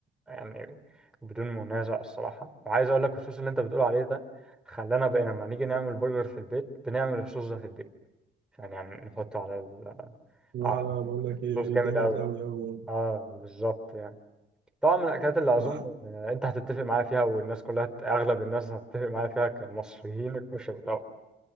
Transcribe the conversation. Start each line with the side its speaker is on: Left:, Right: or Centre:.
Centre: يعني بدون منازع الصراحة وعايز اقول لك الصوص اللي انت بتقول عليه ده خلانا بقينا لما نيجي نعمل برجر في البيت بنعمل الصوص ده في البيت يعني يعني نحطه على ال...
Right: لا
Centre: على
Right: لا بقول لك ايه
Centre: الصوص جامد
Right: جامد
Centre: قوي
Right: قوي قوي يعني
Centre: اه بالظبط يعني طبعا من الاكلات اللي اظن
Right: آه،
Centre: <laughs> آه، انت هتتفق معايا فيها والناس كلها هت- اغلب الناس هتتفق معايا فيها كمصريين الكشري طبعا